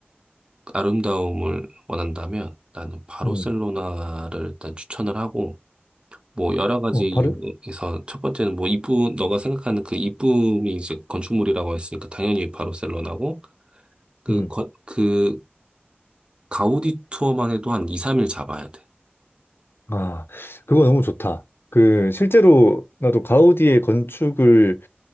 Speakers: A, on the right (about 25°); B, on the left (about 65°).
A: 아름다움을 원한다면 나는 바르셀로나를
B: 음,
A: 일단 추천을 하고 뭐 여러 가지
B: 어,
A: 이유에서
B: 바로?
A: 첫 번째는 뭐 이쁨 너가 생각하는 그 이쁨이 이제 건축물이라고 했으니까 당연히 바르셀로나고 그
B: 음.
A: 건- 그 가우디 투어만 해도 한 2, 3일 잡아야 돼.
B: 아, 그거 너무 좋다. 그, 실제로 나도 가우디의 건축을